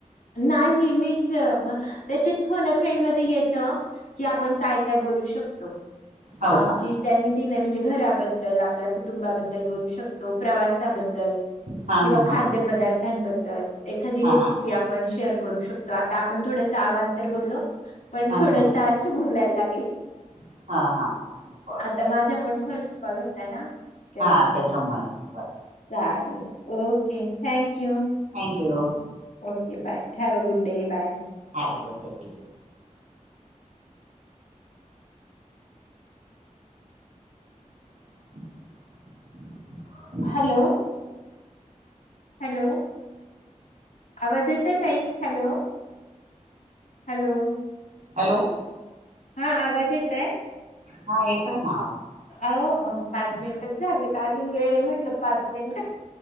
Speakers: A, on the left; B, on the right.
A: नाही, मीच त्याच्यात फोन फ्रेंड मध्ये येतं की आपण काय? काय-काय बोलुन शकतो, अं
B: हो का
A: की त्यांनी दिलंय म्हणजे घराबद्दल, आपल्या कुटुंबाबद्दल, बोलू शकतो प्रवासाबद्दल
B: हा
A: किंवा
B: हा
A: खाद्य पदार्थांबद्दल एखादी
B: हा
A: रेसिपी
B: हा
A: आप. पण शेअर करु शकतो आता आपण अवांतर बोललो पण
B: हा
A: थोडसं
B: हा
A: असं बोलाय लागेल.
B: हा हा हा बरोबर
A: आता माझा पण फस्ट कॉल होता ना? त्यामुळे‌.
B: हा त्याच्यामुळे बरं
A: चालेल, okay thank you.
B: Thank you.
A: Okay bye have a good day bye.
B: हा बडेठीक आहे. <unintelligible>
A: हॅलो. हॅलो आवाज येत ताई हॅलो. हॅलो.
B: हॅलो.
A: हा आवाज येत आहे.
B: हा ए प ना आवाज
A: अ पाच मिनिटच झाले तर अजून वेळ म्हटलं. पाच मिनट